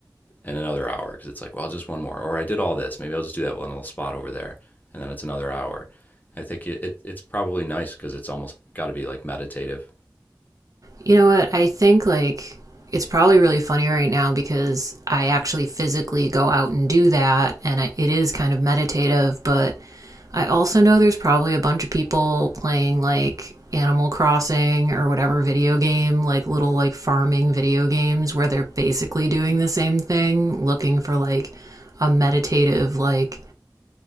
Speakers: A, on the left; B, on the right.
A: and another hour because it's like, well, just one more. Or I did all this. Maybe I'll just do that one little spot over there. And then it's another hour. I think it, it it's probably nice because it's almost got to be like meditative.
B: You know what? I think, like, it's probably really funny right now because I actually physically go out and do that, and I, it is kind of meditative, but I also know there's probably a bunch of people playing like Animal Crossing or whatever video game, like little like farming video games where they're basically doing the same thing, looking for like a meditative like